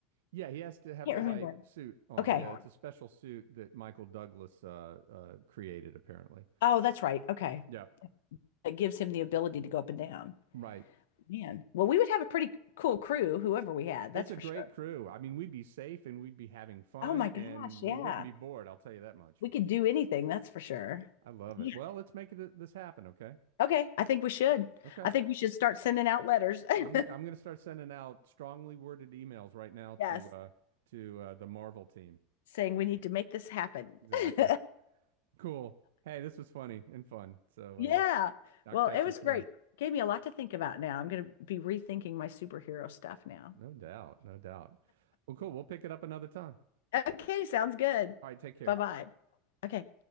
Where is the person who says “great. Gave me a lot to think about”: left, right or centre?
Left